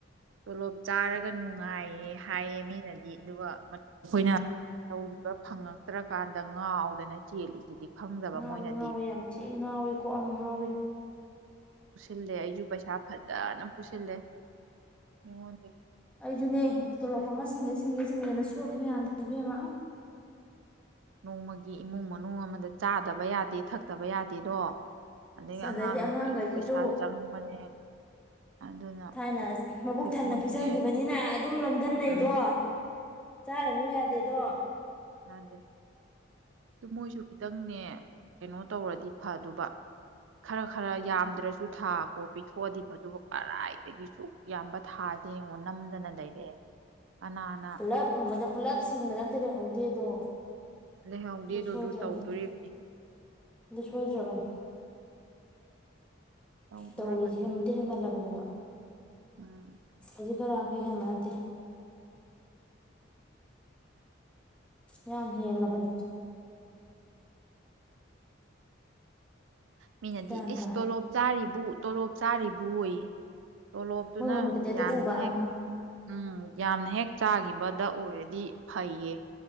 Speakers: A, on the right (about 80°); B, in the centre.
A: ꯇꯣꯂꯣꯞ ꯆꯥꯔꯒ ꯅꯨꯡꯉꯥꯏꯌꯦ ꯍꯥꯏꯌꯦ ꯃꯤꯅꯗꯤ ꯑꯗꯨꯒ ꯑꯩꯈꯣꯏꯅ ꯇꯧꯔꯤꯕ ꯐꯪꯉꯛꯇ꯭ꯔꯀꯥꯟꯗ ꯉꯥꯎꯗꯅ ꯆꯦꯜꯂꯤꯁꯤꯗꯤ ꯈꯪꯗꯕ
B: ꯉꯥꯎꯋꯤ
A: ꯃꯣꯏꯅꯗꯤ
B: ꯉꯥꯎꯋꯤ ꯌꯥꯝ ꯊꯤ ꯉꯥꯎꯋꯤꯀꯣ ꯑ ꯉꯥꯎꯋꯤ
A: ꯄꯨꯁꯤꯜꯂꯦ ꯑꯩꯁꯨ ꯄꯩꯁꯥ ꯐꯖꯅ ꯄꯨꯁꯤꯜꯂꯦ ꯃꯤꯉꯣꯟꯗꯒꯤ
B: ꯑꯩꯖꯨꯅꯦ ꯇꯣꯂꯣꯞ ꯐꯪꯉ ꯁꯤꯡꯒꯦ ꯁꯤꯡꯒꯦ ꯁꯤꯡꯒꯦꯅ ꯁꯣꯜꯂꯤ ꯃꯌꯥꯝꯖꯤꯗꯤ ꯏꯕꯦꯝꯃ
A: ꯅꯣꯡꯃꯒꯤ ꯏꯃꯨꯡ ꯃꯅꯨꯡ ꯑꯃꯗ ꯆꯥꯗꯕ ꯌꯥꯗꯦ ꯊꯛꯇꯕ ꯌꯥꯗꯦꯗꯣ ꯑꯗꯒꯤ
B: ꯑꯁ ꯑꯗꯩꯗꯤ
A: ꯑꯉꯥꯡ ꯅꯨꯕꯤꯒꯤ
B: ꯑꯉꯥꯡꯈꯩꯁꯤꯁꯨ
A: ꯄꯩꯁꯥ ꯆꯪꯕꯅꯦ ꯑꯗꯨꯅ
B: ꯊꯥꯏꯅ ꯃꯕꯨꯛ ꯊꯟꯅ
A: ꯃꯣꯏꯁꯨꯅꯦ
B: ꯄꯤꯖꯈꯤꯕꯅꯤꯅ ꯑꯗꯨꯝ ꯂꯝꯗꯟꯅꯩꯗꯣ
A: ꯎꯝ
B: ꯆꯥꯔꯅꯨ ꯌꯥꯗꯦꯗꯣ
A: ꯃꯥꯟꯗꯦ ꯑꯗꯨ ꯃꯣꯏꯁꯨ ꯈꯤꯇꯪꯅꯦ ꯀꯩꯅꯣ ꯇꯧꯔꯗꯤ ꯐꯗꯨꯕ ꯈꯔ ꯈꯔ
B: ꯎꯝ
A: ꯌꯥꯝꯗ꯭ꯔꯁꯨ ꯊꯥ ꯀꯣ ꯄꯤꯊꯣꯛꯑꯗꯤ ꯐ ꯑꯗꯨꯕꯨ ꯀꯔꯥꯏ ꯑꯗꯒꯤ ꯁꯨꯛ ꯌꯥꯝꯕ ꯊꯥꯁꯦ ꯌꯦꯡꯉꯣ ꯅꯝꯗꯅ ꯂꯩꯔꯛꯑꯦ ꯀꯅꯥꯅ
B: ꯄꯨꯜꯂꯞ ꯐꯪꯕꯗ ꯄꯨꯂꯞ ꯁꯤꯡꯕꯗ ꯑꯝꯇ ꯂꯩꯍꯧꯗꯦꯗꯣ
A: ꯂꯩꯍꯧꯗꯦꯗꯣ
B: ꯑꯗꯨ ꯁꯣꯏꯗ꯭ꯔꯕꯅꯤ
A: ꯇꯧꯗꯣꯔꯤꯕꯅꯤ
B: ꯁꯣꯏꯗ꯭ꯔꯕꯅꯤ
A: ꯇꯧꯗꯣꯔꯕꯅꯤꯗ
B: ꯇꯧꯔꯤꯁꯦ ꯍꯦꯟꯗꯤ ꯍꯦꯃꯜꯂꯕꯅꯤ ꯃꯣꯏ
A: ꯎꯝ
B: ꯈꯖꯤꯛ ꯈꯔꯥꯛꯇ ꯍꯦꯟꯕ ꯅꯠꯇꯦ ꯌꯥꯝ ꯍꯦꯜꯂꯕꯕꯅꯤ
A: ꯃꯤꯅꯗꯤ
B: ꯒ꯭ꯌꯥꯟ
A: ꯏꯁ
B: ꯇꯥꯗꯦ
A: ꯇꯣꯂꯣꯞ ꯆꯥꯔꯤꯕꯨ <inaudible> ꯆꯥꯔꯤꯕꯨ ꯑꯣꯏꯌꯦ ꯇꯣꯂꯣꯞꯇꯨꯅ
B: ꯃꯣꯏ ꯃꯃꯤꯠꯇꯗꯤ ꯑꯗꯨ
A: ꯌꯥꯝ
B: ꯎꯕ
A: ꯍꯦꯛ
B: ꯑꯪ
A: ꯎꯝ ꯌꯥꯝꯅ ꯍꯦꯛ ꯆꯥꯈꯤꯕꯗ ꯑꯣꯏꯔꯗꯤ ꯐꯩꯌꯦ